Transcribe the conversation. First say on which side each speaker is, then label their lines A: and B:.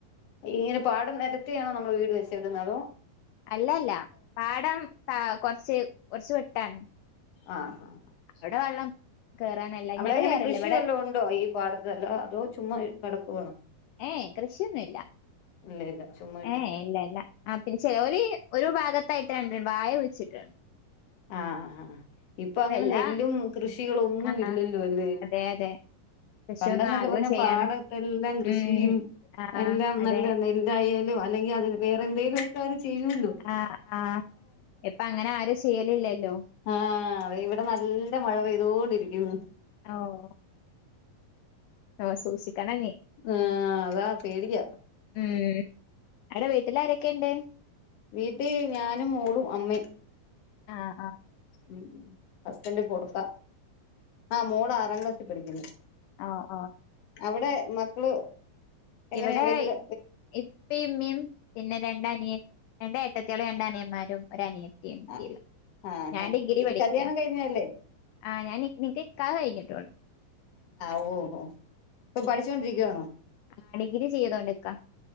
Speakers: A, on the left; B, on the left.
A: ഇങ്ങനെ പാടം നിരത്തിയാണോ നമ്മൾ വീട് വെച്ചേക്കുന്നതോ
B: അല്ലല്ല പാടം കൊറച്ച് കുറച്ച് വിട്ടാണ്
A: ആഹ് ആഹ ആഹ്
B: എവിടെ വെള്ളം കേറാനല്ല ഇങ്ങട്ട്
A: അവിടെ അങ്ങനെ
B: കേറല്ല
A: കൃഷി
B: ഇവിടെ
A: വല്ലോം ഉണ്ടോ ഈ പാടത്തെല്ല അതോ ചുമ്മാ കിടക്കുവാണോ
B: ഏയ് കൃഷിയൊന്നുമല്ല
A: ഇല്ല ഇല്ല ചുമ്മ
B: ഏഹ ഇല്ല ഇല്ല ആ പിന്നെ ചെിലവലി ഒരു ഭാഗത്ത് <unintelligible> ഭാഗത്തായിട്ടണ്ടണ്ട് വായ കുഴിച്ചിട്ടുണ്ട്
A: ആഹ ആ ഇപ്പൊ
B: അപ്പൊ
A: അങ്ങനെ
B: എല്ലാ
A: നെല്ലും കൃഷികളൊന്നും
B: ആ
A: ഇല്ലല്ലോ അന്ന്
B: ആ അതെ അതെ കൃഷിയൊന്നും
A: പണ്ടെന്നൊക്കെ
B: ആർക്കും
A: പറഞ്ഞാ
B: ചെയ്യാണ്
A: പാടത്തെ എല്ലാം കൃഷിയും
B: ഉം ആ
A: എല്ലാം
B: അതെ
A: നല്ല ഇതായാലും അല്ലെങ്കി അതിന് വേറെ എന്തെങ്കിലും ഒക്കെ അവര് ചെയ്യുവല്ലോ
B: ആഹ് ആഹ് ഇപ്പ അങ്ങനാരും ചെയ്യലില്ലല്ലോ
A: ആഹ് ദേ ഇവിടെ നല്ല മഴ പെയ്തോണ്ടിരിക്കുന്നു
B: ഓഹ് ഒഹ് സൂക്ഷിക്കണംനി
A: ആഹ് അതാ പേടിയാ
B: ഉം അവിടെ വീട്ടിൽ ആരൊക്കെ എണ്ട്
A: വീട്ടീ ഞാനും മോളും അമ്മയും
B: ആഹ് ആഹ്
A: ഉം ഹസ്ബന്റ് പൊറത്ത ആഹ് മോളാറാം ക്ലാസ്സീ പഠിക്കുന്നു
B: ആഹ് ആഹ്
A: അവിടെ മക്കള് എങ്ങനെയാ
B: ഇവിടേ
A: വലുത്
B: ഇപ്പേം ഇമ്മിയും പിന്നെ രണ്ടനിയ രണ്ടേട്ടത്തിയാളും രണ്ടനിയന്മാരും ഒരനിയ എനി‌ക്കില്ല
A: ആ ആഹാ
B: ഞാൻ ഡിഗ്രി
A: ഈ
B: പഠിക്ക്യാ
A: കല്യാണം കഴിഞ്ഞല്ലേ
B: ആഹ് ഞാന് നിക്ക് നികാഹ് കഴിഞ്ഞിട്ടൊള്ളു
A: ആഹ് ഓഹൊ ഇപ്പൊ പഠിച്ചോണ്ടിരിക്കുവാണോ
B: ആഹ് ഡിഗ്രി ചെയ്തോണ്ടിക്കാ